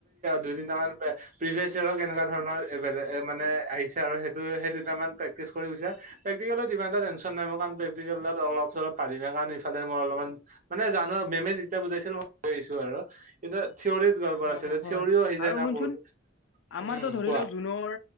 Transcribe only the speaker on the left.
অ
হয়
আৰু
শুনচোন
আমাৰতো
ধৰি
লও জুনৰ